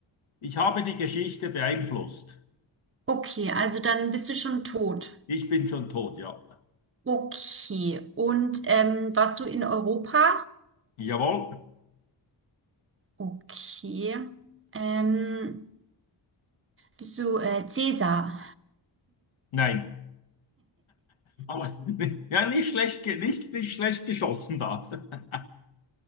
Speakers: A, on the left; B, on the right.
A: ich habe die Geschichte beeinflusst.
B: Okay, also dann bist du schon tot.
A: Ich bin schon tot, ja.
B: Okay. Und ähm, warst du in Europa?
A: Jawohl.
B: Okay. Ähm, bist du äh, Cäsar?
A: Nein. Aber, <laughs> ja, nicht schlecht, ge- nicht, nicht schlecht geschossen da. <laughs>